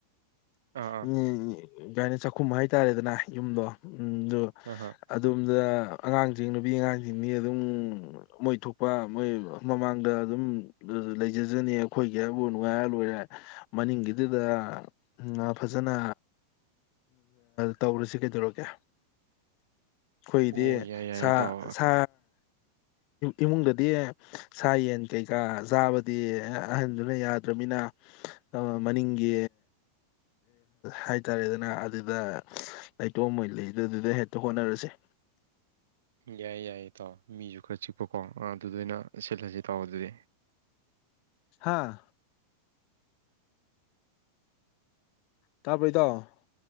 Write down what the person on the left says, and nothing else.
ꯎꯝ ꯀꯩ ꯍꯥꯏꯅꯤ ꯆꯥꯛꯈꯨꯝ ꯍꯥꯏꯇꯥꯔꯦꯗꯅ ꯌꯨꯝꯗꯣ ꯎꯝ ꯑꯗꯨ
ꯑꯗꯣꯝꯗ ꯑꯉꯥꯡꯁꯤꯡ ꯅꯨꯄꯤ ꯑꯉꯥꯡꯁꯤꯡꯗꯤ ꯑꯗꯨꯝ ꯃꯣꯏ ꯊꯣꯛꯄ ꯃꯣꯏ ꯃꯃꯥꯡꯗ ꯑꯗꯨꯝ ꯂꯩ ꯖꯅꯤ ꯑꯩꯈꯣꯏꯒꯤ ꯍꯥꯏꯕꯨ ꯅꯨꯡꯉꯥꯏꯔ ꯂꯣꯏꯔꯦ ꯃꯅꯤꯡꯒꯤꯗꯨꯗ ꯎꯝ ꯐꯖꯅ ꯇꯧꯔꯁꯤ ꯀꯩꯗꯧꯔꯒꯦ ꯑꯩꯈꯣꯏꯗꯤ
ꯁꯥ
ꯁꯥ ꯏꯃꯨꯡꯗꯗꯤ ꯁꯥ ꯌꯦꯟ ꯀꯩꯀꯥ ꯆꯥꯕ ꯗꯤ ꯑꯍꯟꯗꯨꯅ ꯌꯥꯗ꯭ꯔꯃꯤꯅ ꯑꯥ ꯃꯅꯤꯡꯒꯤ ꯍꯥꯏꯇꯥꯔꯦꯗꯅ ꯑꯗꯨꯗ ꯂꯩꯇꯣꯝ ꯃꯣꯏ ꯂꯩꯗꯗꯨꯗ ꯍꯦꯛꯇ ꯍꯣꯠꯅꯔꯁꯦ
ꯍꯥꯥ ꯇꯥꯕ꯭ꯔꯣ ꯏꯇꯥꯎ